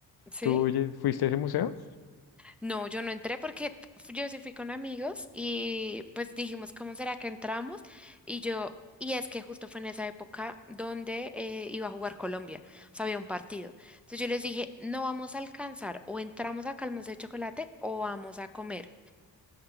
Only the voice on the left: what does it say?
¿Tú ye- fuiste a ese museo?